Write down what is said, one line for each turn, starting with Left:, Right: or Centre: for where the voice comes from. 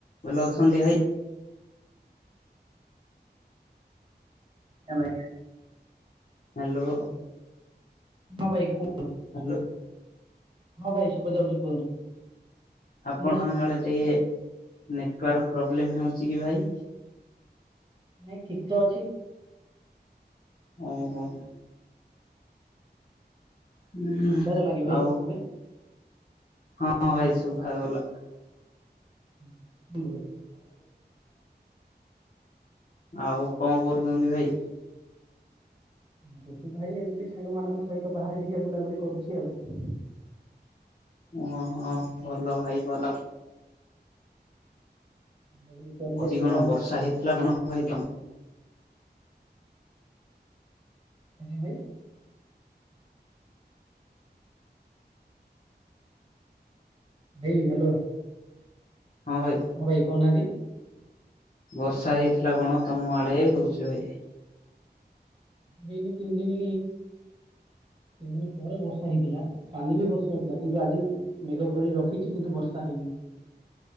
Left: ଭଲ ଅଛନ୍ତି ଭାଇ?
Right: ଏ ବଢିଆ।
Left: ହାଲୋ
Right: ହ ଭାଇ କୁଅନ୍ତୁ?
Left: ହାଲୋ
Right: ହଁ ଭାଇ ଶୁଭ ଯାଉଛି କୁହନ୍ତୁ।
Left: ଆପଣଙ୍କ
Right: ମୋ
Left: ଆଡେ ଟିକେ ନେଟୱାର୍କ ପ୍ରୋବ୍ଲେମ୍ ହେଉଛି କି ଭାଇ।
Right: ନାଇଁ ଠିକ ତ ଅଛି।
Left: ଓ ହୋ। ହୁଁ
Right: ଶୁଭା ଗଲକି ଭାଇ
Left: ଆଉ
Right: ଏବେ।
Left: ହଁ ଭାଇ ଶୁଭାଗଲା।
Right: <inaudible>
Left: ଆଉ କଣ କରୁଛନ୍ତି ଭାଇ।
Right: ଭୋଜି ଭାଇ ଏମିତି ସାଙ୍ଗମାନାନଙ୍କ ସହିତ ବାହାରେ ଟିକେ ବୁଲାବୁଲି କରୁଛି ଆଉ।
Left: ଓ ହଁ ଭଲ ଭାଇ ଭଲ।
Right: ବୁଲାବୁଲି କରିଲେ
Left: ପରିଗଣ
Right: ଦେହ
Left: ବର୍ଷା ହେଇଥିଲା କଣ ହ ଭାଇ ତମ।
Right: ଆଜ୍ଞା ଭାଇ। ଭାଇ ହ୍ୟାଲୋ।
Left: ଭାଇ
Right: ହଁ ଭାଇ କଉନାହାନ୍ତି।
Left: ବର୍ଷା ହେଇଥିଲା କଣ ତମ ଆଡେ କହୁଛି ଭାଇ।
Right: ହେଇନି ତିନି ଦିନ ତିନି ଦିନ ପରେ ବର୍ଷା ହେଇଥିଲା କାଲି ବି ବର୍ଷା ହେଇଥିଲା କିନ୍ତୁ ଆଜି ମେଘ କରି ରଖିଛି କିନ୍ତୁ ବର୍ଷା। ହେଇନି।